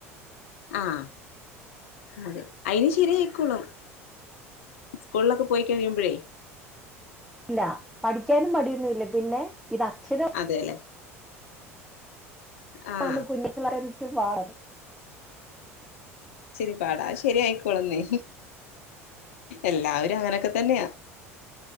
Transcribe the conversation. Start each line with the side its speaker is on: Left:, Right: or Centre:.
Left: ആഹ് അതെ ഐനി ശെരിയായിക്കോളും സ്കൂളിലൊക്കെ പോയി കഴിയുമ്പഴേ
Centre: ഇല്ലാ പഠിക്കാനും മടിയൊന്നും ഇല്ല പിന്നെ ഇതക്ഷര
Left: അതേലേ ആഹ്
Centre: ആണ് കുഞ്ഞി പിള്ളേരെ <unintelligible> റ്റ് പാട്
Left: ച്ചിരി പാടാ അത് ശെരിയായിക്കോളെന്നേ എല്ലാവരും അങ്ങനെയൊക്കെ തന്നെയാ